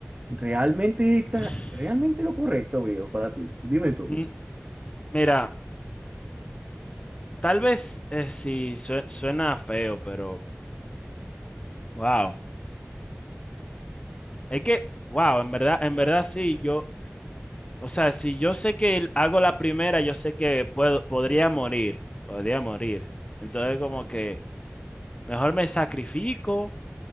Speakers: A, on the right; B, on the left.
A: Realmente está,
B: <sighs>
A: realmente lo correcto, viejo, para ti. Dime tú.
B: N- Mira, Tal vez eh, sí sue- suena feo, pero wow. Es que, wow, en verdad, en verdad sí, yo, o sea, si yo sé que el- hago la primera, yo sé que puedo, podría morir, podría morir. Entonces como que mejor me sacrifico